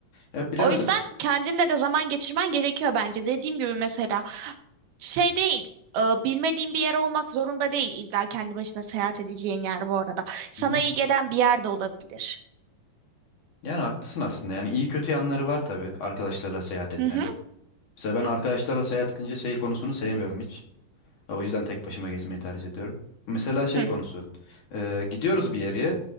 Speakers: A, on the left; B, on the right.
A: Ya bilemedim.
B: O yüzden kendinle de zaman geçirmen gerekiyor bence. Dediğim gibi mesela şey değil. e, Bilmediğin bir yer olmak zorunda değil illa kendi başına seyahat edeceğin yer bu arada. Sana
A: Hı hı.
B: iyi gelen bir yer de olabilir.
A: Yani haklısın aslında. Yani iyi kötü yanları var tabii arkadaşlarla seyahat etmenin.
B: Hı hı.
A: Mesela ben arkadaşlarla seyahat edince şey konusunu sevmiyorum hiç. E, O yüzden tek başıma gezmeyi tercih ediyorum. Mesela şey
B: hı.
A: konusu. e, gidiyoruz bir yere.